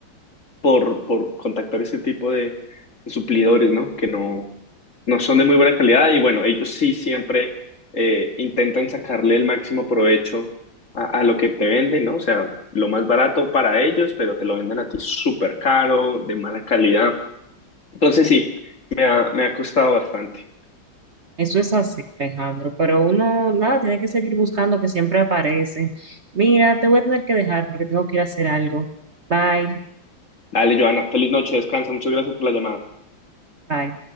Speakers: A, on the left; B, on the right.
A: por, por contactar ese tipo de, de suplidores, ¿no? Que no, no son de muy buena calidad y bueno, ellos sí siempre eh, intentan sacarle el máximo provecho a, a lo que te venden, ¿no? O sea, lo más barato para ellos, pero te lo venden a ti súper caro, de mala calidad. Entonces sí, me ha, me ha costado bastante.
B: Eso es así, Alejandro, pero uno, nada, tiene que seguir buscando que siempre aparecen. Mira, te voy a tener que dejar porque tengo que ir a hacer algo. Bye,
A: Dale, Joana, feliz noche, descansa, muchas gracias por la llamada.
B: bye.